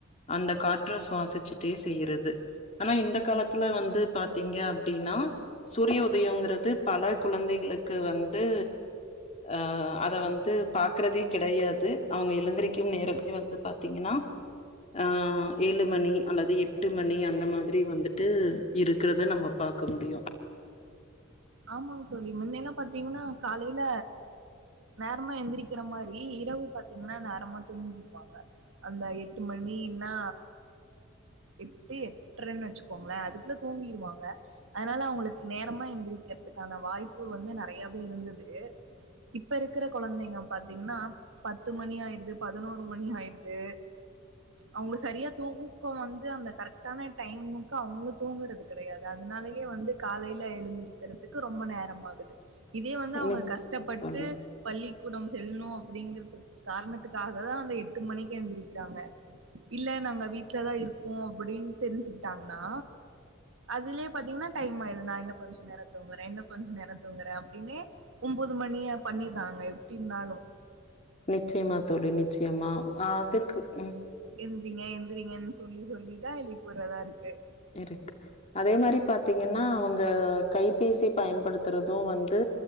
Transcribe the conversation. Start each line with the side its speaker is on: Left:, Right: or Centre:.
Left: அந்த காற்ற சுவாசிச்சுட்டே செய்யிறது அனா இந்த காலத்துல வந்து பாத்தீங்க அப்டின்னா சூரிய உதயோங்குறது பல குழந்தைகளுக்கு வந்து அ அத வந்து பாக்கறதே கிடையாது அவுங்க எழுந்தரிக்கும் நேரமே வந்து பாத்தீங்கன்னா அஏழு மணி அல்லது எட்டு மணி அந்த மாதிரி வந்துட்டு இருக்குறத நம்ம பாக்க முடியு
Right: ஆமாங் தோழி முன்னெல்லா பாத்தீங்ன்னா காலையில நேரமா எந்திரிக்கிற மாரி இரவு பாத்தீங்ன்னா நேரமா தூங்கிருவாங்க அந்த எட்டு மணினா எட்டு எட்ர வெச்சுக்கோங்களே அதுக்குள்ள தூங்கிருவாங்க அதனால அவுங்களுக்கு நேரமா எந்திரிக் க்கிறதுக்கான வாய்ப்பு வந்து நறையாவே இருந்தது இப்ப இருக்கற கொழந்தைங்க பாத்தீங்ன்னா பத்து மணி ஆயிருது பதினோரு மணி ஆயிருது அவுங்க சரியா தூக்கோ வந்து அந்த கரெக்டான டைமுக்கு அவுங்களு தூங்குறது கடையாது அதுனாலேயே வந்து காலையில எழுந் துறத்துக்கு ரொம்ப நேரம் ஆகுது இதே வந்து அவுங்க
Left: நிச்சயமா
Right: கஷ்டப்பட்டு
Left: தோழி.
Right: பள்ளிக்கூடம் செல்ணு அப்பிடிங்கிறுத் காரணத்துக்காக தா அந்த எட்டு மணிக்கு எழுந்திக்கிறாங்க இல்ல நாங்க வீட்டுலதா இருக்கோம் அப்பிடின் தெரிஞ்சுக்கிட்டாங்கன்னா அதுலயே பாத்தீங்ன்னா டைம் ஆயிருது நா இன்னு கொஞ்சோ நேரோ தூங்குறே இன்னு கொஞ்சோ நேர தூங்குறே அப்டின்னே ஒன்பது மணியே பண்ணிராங்க எப்டி இருந்தாலு
Left: நிச்சியமா தோழி நிச்சியமா அ அதுக்கு ம்
Right: எந்திரீங்க எந்திரீங்கன் சொல்லி சொல்லிதா எழிப்புறதாருக்கு
Left: இருக்கு அதே மாரி பாத்தீங்கன்னா அவுங்க கைபேசி பயன்படுத்துறது வந்து